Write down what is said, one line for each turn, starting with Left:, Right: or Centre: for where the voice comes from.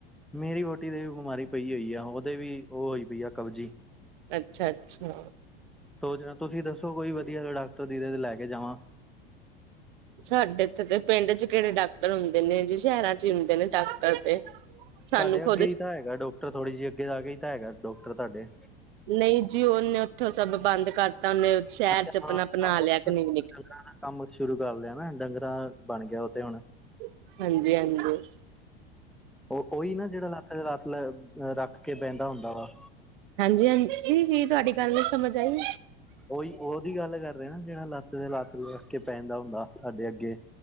Centre: ਮੇਰੀ ਵਹੁਟੀ ਦੇ ਵੀ ਬਿਮਾਰੀ ਪਈ ਹੋਈ ਆ। ਉਹਦੇ ਵੀ ਉਹ ਹੋਈ ਪਈ ਆ ਕਬਜੀ
Right: ਅੱਛਾ-ਅੱਛਾ
Centre: ਸੋਚ ਰੇ ਹਾ, ਤੁਸੀਂ ਦੱਸੋ ਕੋਈ ਵਧੀਆ ਜਾ ਡਾਕਟਰ ਜੀਂਦੇ ਤੇ ਲੈ ਕੇ ਜਾਵਾਂ?
Right: ਸਾਡੇ ਇਥੇ ਦੇ ਪਿੰਡ ਚ ਕਿਹੜੇ ਡਾਕਟਰ ਹੁੰਦੇ ਨੇ, ਜੀ ਸ਼ਹਿਰਾਂ ਚ ਹੀ ਹੁੰਦੇ ਨੇ ਡਾਕਟਰ ਤੇ ਸਾਨੂੰ
Centre: ਤੁਹਾਡੇ
Right: ਖੁਦ
Centre: ਅੱਗੇ ਹੀ ਤਾਂ ਹੈਗਾ ਡਾਕਟਰ ਥੋੜ੍ਹੀ ਜਿਹੀ ਅੱਗੇ ਜਾ ਕੇ ਹੀ ਤਾਂ ਹੈਗਾ ਡਾਕਟਰ ਤੁਹਾਡੇ
Right: ਨਹੀਂ ਜੀ ਉਹਨੇ ਉੱਥੋਂ ਸਭ ਬੰਦ ਕਰਤਾ ਉਹਨੇ ਸ਼ਹਿਰ
Centre: ਅੱਛਾ
Right: ਚ ਆਪਣਾ
Centre: ਹਾਂ
Right: ਬਣਾ
Centre: ਉਹ
Right: ਲਿਆ ਕਲੀਨਿਕ
Centre: ਡੰਗਰਾਂ ਦਾ ਕੰਮ ਸ਼ੁਰੂ ਕਰ ਲਿਆ ਨਾ, ਏਡਾ ਗ੍ਰਾਹਕ ਬਣ ਗਿਆ ਉਥੇ ਹੁਣ
Right: ਹਾਂਜੀ-ਹਾਂਜੀ
Centre: ਉਹ ਉਹੀ ਨਾ ਜਿਹੜਾ ਲੱਤ ਤੇ ਲੱਤ ਰੱਖ ਕੇ ਬਹਿੰਦਾ ਹੁੰਦਾ ਵਾ
Right: ਹਾਂਜੀ-ਹਾਂਜੀ ਕੀ ਤੁਹਾਡੀ ਗੱਲ ਨੀ ਸਮਝ ਆਈ
Centre: ਉਓਹੀ ਉਹਦੀ ਗੱਲ ਕਰ ਰਹੇ ਨਾ ਜਿਹੜਾ ਲੱਤ ਤੇ ਲੱਤ ਰਖਕੇ ਬੈਂਦਾ ਹੁੰਦਾ ਸਾਡੇ ਅੱਗੇ